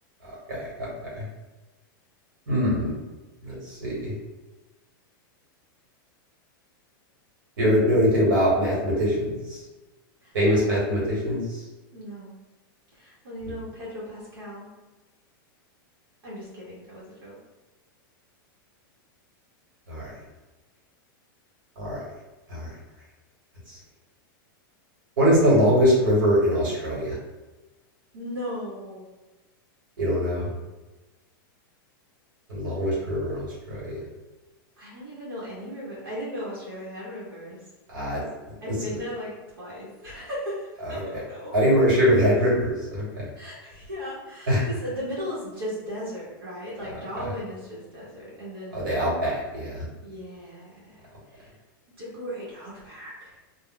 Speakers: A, on the right (about 65°); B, on the right (about 90°).
A: Okay. Okay. Hmm. Let's see. Do you know anything about mathematicians? Famous
B: No,
A: mathematicians?
B: no. I only
A: Mm-hmm.
B: know Pedro Pascal. I'm just kidding. That was a joke.
A: All right. All right. All right. All right. Let's see. What is the longest river in Australia?
B: No.
A: You don't know the longest river in Australia.
B: I don't even know any river. I didn't know Australia had rivers.
A: Uh, it's,
B: I've
A: this
B: been
A: is
B: there like twice. <laughs>
A: Okay.
B: I don't know.
A: Oh, you weren't sure if it had rivers. Okay.
B: <laughs> Yeah,
A: <laughs>
B: because the middle is just desert, right? Like
A: okay.
B: Darwin is just desert, and then
A: Oh, the Outback. Yeah,
B: yeah,
A: Outback.
B: the Great Outback.